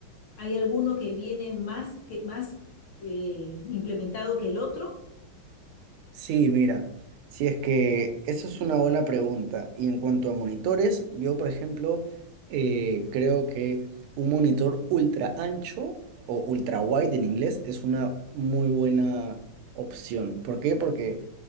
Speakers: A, on the left; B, on the right.
A: ¿Hay alguno que viene más que más eh, implementado que el otro?
B: Sí, mira, si es que eso es una buena pregunta. Y en cuanto a monitores, yo, por ejemplo, eh, creo que un monitor ultra ancho o ultra wide en inglés es una muy buena opción. ¿Por qué? Porque